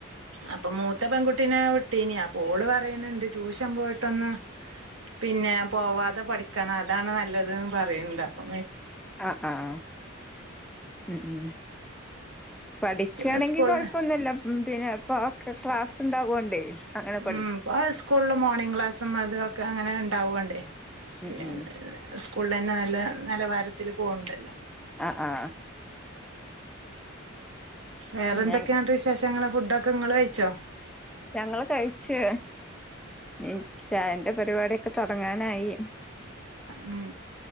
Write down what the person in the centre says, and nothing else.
ആ ആഹ് ഉം ഉം പഠിക്കയാണെങ്കിൽ
കുഴപ്പൊന്നുല്ല ഉം പിന്നെപ്പൊക്കെ ക്ലാസ് ഉണ്ടാവോണ്ടേ അങ്ങനെ പഠിക്കും
ഉം ഉം
ആ ആ
പിന്നെ
ഞങ്ങള് കഴിച്ചു, ഇനി ചായേൻ്റെ പരിപാടിയൊക്കെ തൊടങ്ങാനായി.